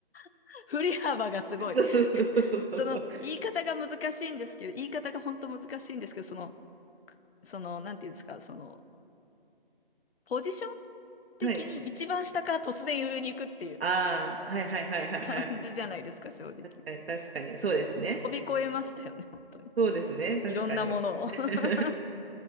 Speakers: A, on the left (about 70°); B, on the right (about 70°).
A: <laughs> 振り幅がすごい。
B: <laughs> そうそうそうそうそうそう。
A: その言い方が難しいんですけど、言い方が本当難しいんですけど、その、その、なんていうんですか、その、ポジション的に一番下から突然上に行くっていう
B: はい。ああ、はいはいはいはいはい。
A: 感じじゃないですか、正直。
B: 確かに、確かに、そうですね。
A: 飛び越えましたよね、本当に。
B: そうですね。確かに。
A: いろんなものを。<laughs>
B: <laughs>